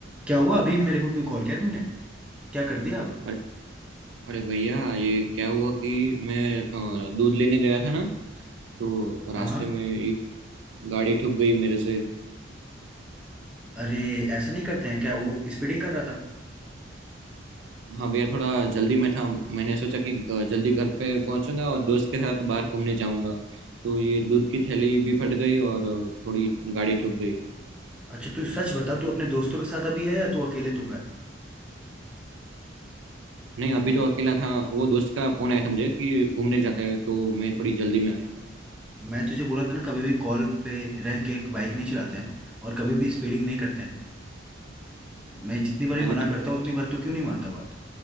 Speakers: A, in the centre; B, on the right (about 80°).
A: क्या हुआ अभी मेरे को क्यों कॉल किया तुमने क्या कर दिया आप
B: अरे अरे भैया ये क्या हुआ कि मैं अ, दूध लेने गया था ना तो रास्ते
A: हाँ हाँ
B: में ये गाड़ी ठुक गई मेरे से
A: अरे ऐसा नहीं करते हैं क्या वो स्पीडिंग कर रहा था
B: हाँ भैया थोड़ा जल्दी में था मैंने सोचा कि अ, जल्दी घर पे पहुंचूंगा और दोस्त के साथ बाहर घूमने जाऊंगा तो ये दूध की थैली भी फट गई और अ, थोड़ी गाड़ी ठुक गई
A: अच्छा तू सच बता तू अपने दोस्तों के साथ अभी है या तू अकेले थूका है
B: नहीं अभी तो अकेला था वो दोस्त का फोन आया था मुझे कि घूमने जाता है तो मैं थोड़ी जल्दी में आया
A: मैं तुझे बोला था ना कभी भी कॉल पे रह के बाइक नहीं चलाते हैं और कभी भी स्पीडिंग नहीं करते हैं मैं जितनी बार ही
B: हाँ
A: मना
B: लेकिन
A: करता हूँ उतनी बार तू क्यों नहीं मानता बात